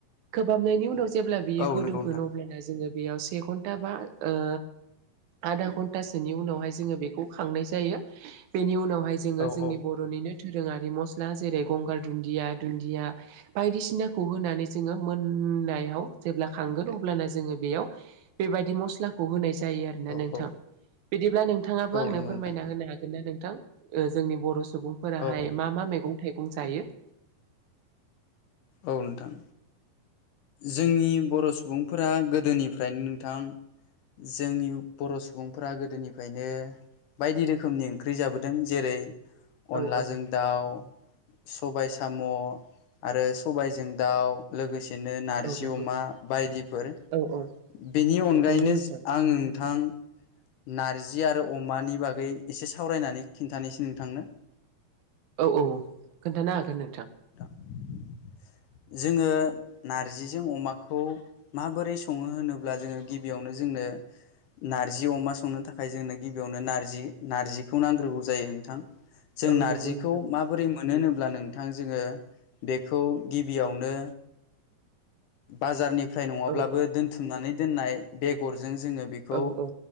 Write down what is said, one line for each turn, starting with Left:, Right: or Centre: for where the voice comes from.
Right: खोबहाबनायनि उनाव जेब्ला बियो
Left: औ
Right: गोदौगोन
Left: नंगौ नोंथां
Right: अब्ला जोङो बेयाव से घन्टा बा ओ आधा घन्टासोनि उनावहाय जोङो बेखौ खांनाय जायो। बेनि उनावहाय जोङो
Left: औ
Right: जोंनि
Left: औ
Right: बर'निनो दोरोङारि मस्ला जेरै गंगार दुन्दिया दुन्दिया बायदिसिनाखौ होनानै जोङो मोन होननायाव जेब्ला खांगोन अब्लाना जोङो बेयाव बेबायदि मस्लाखौ होनाय जायो आरोोना
Left: औ
Right: नोंथां
Left: औ
Right: बिदिब्ला नोंथाङाबो
Left: औ
Right: आंनो
Left: नंगौ
Right: फोरमायना
Left: नोंथां
Right: होनो हागोन ना नों थां ओ जोंनि बर' सुबुंफोराहाय
Left: औ
Right: मा मा मैगं थाइगं जायो। <inaudible>
Left: औ नोंथां जोंनि बर' सुबुंफोरा गोदोनिफ्रायनो नोंथां जोंनि बर' सुबुंफोरा गोदोनिफ्रायनो बायदि रोखोमनि ओंख्रि जाबोदों जेरै अनलाजों
Right: औ औ
Left: दाउ सबाइ साम' आरो सबायजों दाउ लोगोसेनो
Right: औ
Left: जिउमा
Right: नंगौ
Left: बायदिफोर
Right: औ औ
Left: बेनि अनगायैनो
Right: नंगौ नोंथां
Left: आं नोंथां
Right: <inaudible>
Left: नारजि आरो अमानि बागै एसे सावरायनानै खिन्थानोसै नोंथांनो
Right: औ औ खोन्थानो हागोन नोंथां
Left: जोङो नार जिजों अमाखौ माबोरै सङो होनोब्ला जोङो गिबियावनो जोंनो नारजि अमा संनो थाखाय जोंनो गिबियावनो नारजि नारजिखौ नांग्रोगौ जायो नोंथां जों
Right: औ
Left: नारजिखौ
Right: नंगौ नोंथां
Left: माबोरै मोनो होनोब्ला नोंथां जोङो बेखौ गिबियावनो बाजारनिफ्राय नङाब्लाबो
Right: औ औ
Left: दोनथुमनानै दोननाय बेगर जों जोङो बेखौ
Right: औ औ